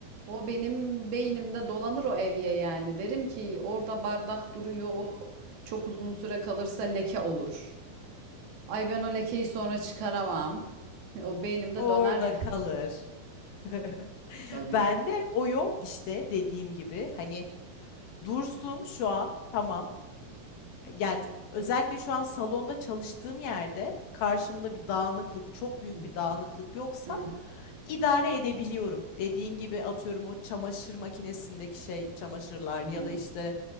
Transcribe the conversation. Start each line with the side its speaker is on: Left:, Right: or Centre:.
Right: O benim beynimde dolanır o evye yani. Derim ki orada bardak duruyor o çok uzun süre kalırsa leke olur. Ay ben o lekeyi sonra çıkaramam. <laughs> O beynimde
Left: orada
Right: döner ya.
Left: kalır. <laughs>
Right: <laughs> Tabii
Left: Bende o yok. işte dediğim gibi, hani, dursun şu an, tamam. Yani özellikle şu an salonda çalıştığım yerde
Right: Hı
Left: karşımda
Right: hı.
Left: bir dağınıklık, çok büyük
Right: Hı
Left: bir dağınıklık yoksa
Right: hı.
Left: idare edebiliyorum. Dediğin gibi atıyorum o çamaşır makinesindeki şey, çamaşırlar
Right: Hı,
Left: ya da işte